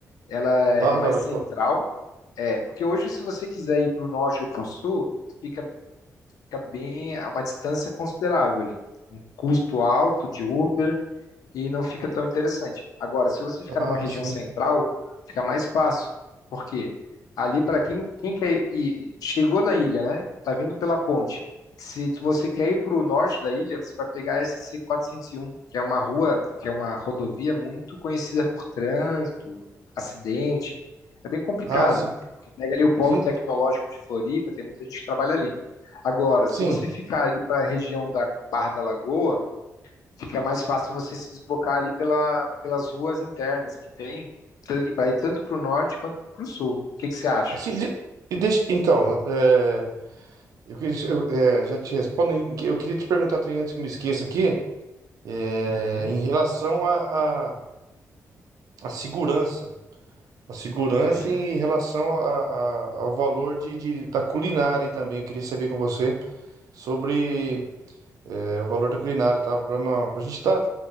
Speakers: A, on the left; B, on the right.
A: Ela é
B: Barra
A: mais
B: da Lagoa.
A: central, é, porque hoje, se você quiser ir para o norte ou para o sul, fica, fica bem a uma distância considerável ali. Um custo alto de Uber e não fica tão interessante. Agora, se você ficar
B: Ah,
A: numa região
B: sim.
A: central, fica mais fácil, porque ali para quem, quem quer ir, chegou na ilha, né? Tá vindo pela ponte. Se tu- você quer ir para o norte da ilha, você vai pegar a SC 401, que é uma rua, que é uma rodovia muito conhecida por trânsito, acidente. É bem complicada,
B: Ah, sim.
A: porque pega ali o polo
B: Sim,
A: tecnológico de Floripa, tem muita gente que trabalha ali. Agora, se
B: sim.
A: você ficar ali para a região da Barra da Lagoa, fica mais fácil você se deslocar ali pela, pelas ruas internas que tem, para ir tanto para o norte quanto para o sul. O que que você acha?
B: Sim. e e deixa, então, é, eu, queria- eu, é, já te respondo. em que- Eu queria te perguntar também, antes que me esqueça aqui, é,
A: Uhum,
B: em relação à à- à segurança. A segurança
A: uhum.
B: em relação a- a- ao valor de, de- da culinária também. Eu queria saber com você sobre é, o valor da culinária, tá? Para a gente estar